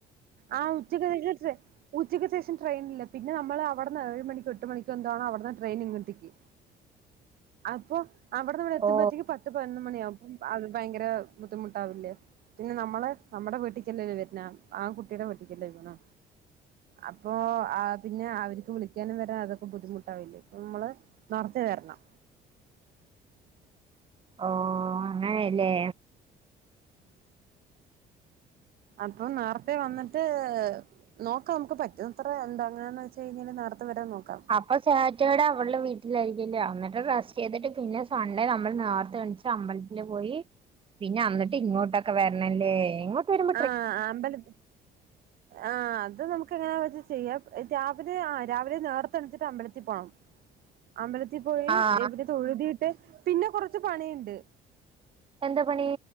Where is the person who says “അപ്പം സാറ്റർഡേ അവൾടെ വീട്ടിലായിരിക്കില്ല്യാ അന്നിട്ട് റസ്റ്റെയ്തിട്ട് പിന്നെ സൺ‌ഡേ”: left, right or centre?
Right